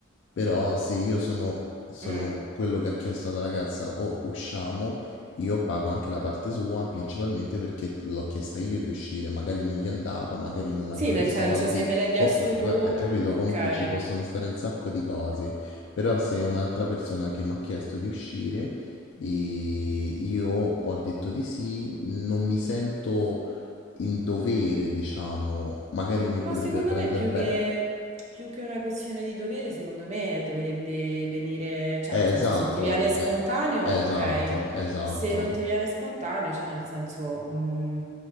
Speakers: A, on the left; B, on the right.
A: Però se io sono, sono
B: Mm.
A: quello che ha chiesto alla ragazza o usciamo, io pago anche la parte sua, principalmente perché l'ho chiesta io di uscire, magari non gli andava, magari non
B: Sì,
A: aveva
B: nel
A: i soldi,
B: senso, se me l'hai chiesto
A: o,
B: tu,
A: eh, eh, ha capito,
B: ok.
A: comunque ci possono stare un sacco di cose, però se è un'altra persona che mi ha chiesto di uscire e io ho detto di sì, non mi sento in dovere, diciamo, magari mi
B: Ma
A: potrebbe
B: secondo
A: prendere
B: me più
A: bene.
B: che, più che una questione di dovere, secondo me dovrebbe venire, cioè,
A: Eh,
B: nel senso,
A: esatto,
B: se ti viene spontaneo,
A: eh, esatto,
B: ok.
A: esatto.
B: Se non ti viene spontaneo, cioè, nel senso, mm,